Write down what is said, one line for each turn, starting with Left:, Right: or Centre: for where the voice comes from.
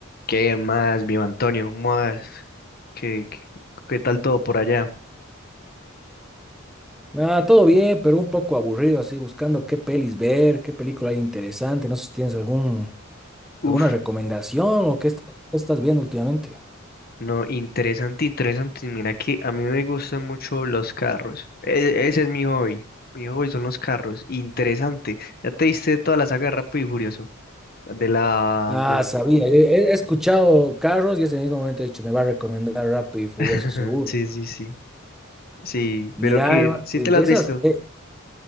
Left: ¿Qué más, mi Antonio? ¿Cómo vas? ¿Qué, qué, qué tal todo por allá?
Centre: Ah, todo bien, pero un poco aburrido, así buscando qué pelis ver, qué película hay interesante. No sé si tienes algún, alguna
Left: Uf,
Centre: recomendación o qué estás, qué estás viendo últimamente.
Left: no, interesante, interesante. Mira que a mí me gustan mucho los carros. E- ese es mi hobby. Mi hobby son los carros. Interesante. ¿Ya te diste toda la saga de Rápido y Furioso? De la...
Centre: Ah,
Left: de-
Centre: sabía, he, he escuchado Carros y ese mismo momento he dicho, me va a recomendar Rápido y Furioso,
Left: <laughs>
Centre: seguro.
Left: Sí, sí, sí. Sí,
Centre: Mira,
Left: pero que...
Centre: Eva,
Left: ¿Sí
Centre: eh,
Left: te
Centre: de
Left: la has
Centre: esas,
Left: visto?
Centre: eh,